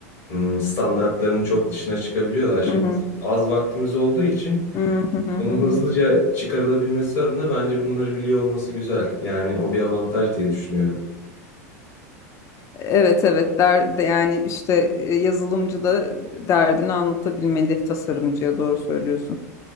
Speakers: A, on the left; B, on the left.
A: m, standartlarının çok dışına çıkabiliyorlar. Şimdi
B: Hı hı.
A: bizim az vaktimiz olduğu için
B: Hı hı hı
A: bunun
B: hı.
A: hızlıca çıkarılabilmesi adına bence bunları biliyor olması güzel. Yani o bir avantaj diye düşünüyorum.
B: Evet evet der, de- yani işte e, yazılımcı da derdini anlatabilmeli tasarımcıya doğru söylüyorsun.